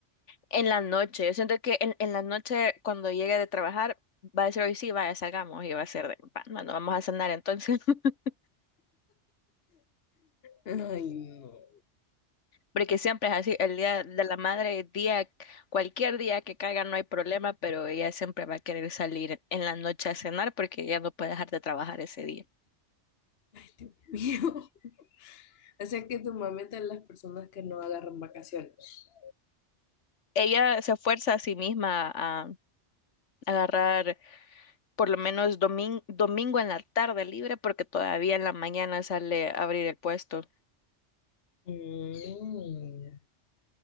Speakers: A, on the left (about 85°); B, on the left (about 60°).
A: En la noche, yo siento que en, en la noche cuando llegue de trabajar va a decir hoy sí, vaya, salgamos y va a ser de, "Va, bueno, vamos a cenar entonces, <laughs>
B: Ay, no.
A: porque siempre es así, el día de la madre, día, cualquier día que caiga no hay problema, pero ella siempre va a querer salir en la noche a cenar porque ella no puede dejar de trabajar ese día.
B: <laughs> Mío. O sea que tu mamá es de las personas que no agarran vacaciones.
A: Ella se fuerza a sí misma a agarrar por lo menos domin- domingo en la tarde libre porque todavía en la mañana sale a abrir el puesto.
B: Mm,